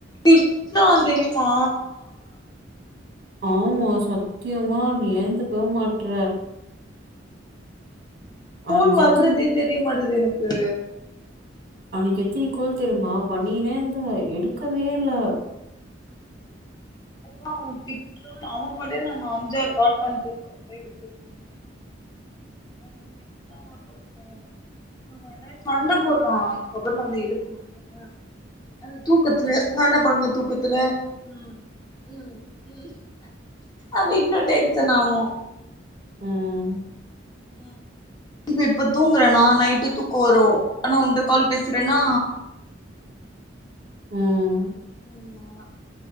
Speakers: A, on the left (about 20°); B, on the right (about 55°).
A: திட்னா தெரியுமா
B: ஆமா சத்தியமா நீ எழுந்துக்கவே மாட்ற
A: ஃபோன்
B: நாளைக்கு
A: வர்றதே
B: எத்தினி
A: தெரியமாட்டுது எனக்கு
B: அன்னிக்கி எத்தினி கால் தெரியுமா பண்ணீகுனே இருந்தேன் எடுக்கவே இல்ல
A: அதா அவன் திட்டுரான் அவன் காலே நான் அஞ்சாறு கால் பண்ணிட்டு இருக்க <unintelligible> எடு <unintelligible> ம் <unintelligible> என்னை சண்ட போடுறா அதுக்கப்புறம் நா ஒன்ன எழுப்ப மாட்டே அது தூக்கத்துல நா என்ன பண்ணுவ தூக்கத்துல ம் ம் ம் அவன் இன்னும் டென்ஷன் ஆவா
B: ம்
A: ம் இப்ப இப்ப தூங்குறேனா நைட்டு தூக்க வரும் ஆனா அவன்கிட்ட கால் பேசுறேன்னா
B: ம்
A: ம் நோநா